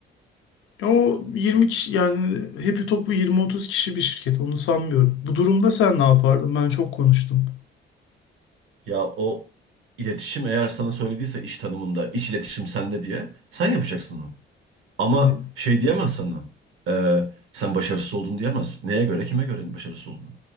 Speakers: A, on the left; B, on the right.
A: Ya O 20 kişi yani hepi topu 20-30 kişi bir şirket onu sanmıyorum. Bu durumda sen ne yapardın? Ben çok konuştum.
B: Ya o iletişim eğer sana söylediyse iş tanımında iç iletişim sende diye sen yapacaksın onu. Ama
A: Hani
B: şey diyemez sana. e, sen başarısız oldun diyemez. Neye göre, kime göre başarısız oldun?